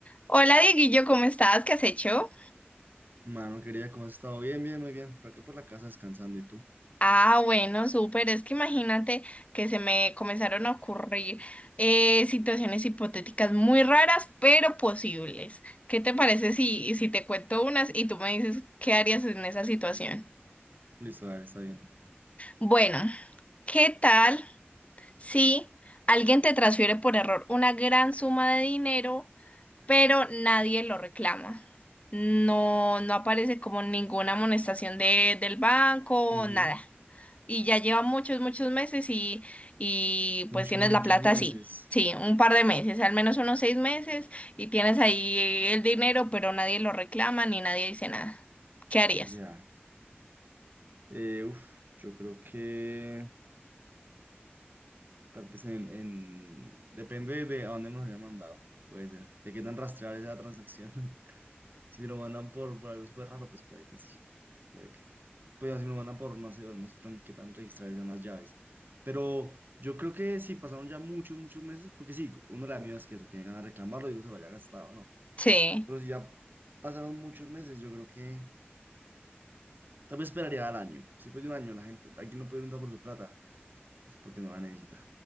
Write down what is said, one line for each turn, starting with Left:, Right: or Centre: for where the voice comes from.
Left: Hola Dieguillo, ¿cómo estás? ¿Qué has hecho?
Right: Mano, querida, ¿cómo has estado? Bien, bien, muy bien. Por acá por la casa descansando y tú.
Left: Ah, bueno, súper. Es que imagínate que se me comenzaron a ocurrir eh, situaciones hipotéticas muy raras, pero posibles. ¿Qué te parece si, si te cuento unas y tú me dices qué harías en esa situación?
Right: Listo, dale, está bien.
Left: Bueno, ¿qué tal si alguien te transfiere por error una gran suma de dinero? pero nadie lo reclama. No, no aparece como ninguna amonestación de, del banco,
Right: Ujú.
Left: nada. Y ya lleva muchos, muchos meses y, y
Right: Muchos,
Left: pues tienes
Right: muchos
Left: la plata
Right: meses.
Left: así. Sí, un par de meses, al menos unos seis meses, y tienes ahí el dinero, pero nadie lo reclama ni nadie dice nada. ¿Qué harías?
Right: Ya. Eh, uf, yo creo que tal vez en, en- Depende de a dónde me los hayan mandado. Puede ser. ¿Te quedan rastrear esa transacción? <laughs> Si me lo mandan por, por algo súper raro, pues puede que sí. Puede que. Pues si me lo mandan por, no sé, no sé tan- qué tan registradas son las llaves. Pero yo creo que sí, pasaron ya muchos, muchos meses, porque sí, uno de las mías es que eso, que llegan a reclamarlo y uno se lo haya gastado, ¿no?
Left: Sí.
Right: Pero si ya pasaron muchos meses, yo creo que tal vez esperaría al año. Si después de un año la gente, aquí no puede preguntar por su plata, es porque no la necesita.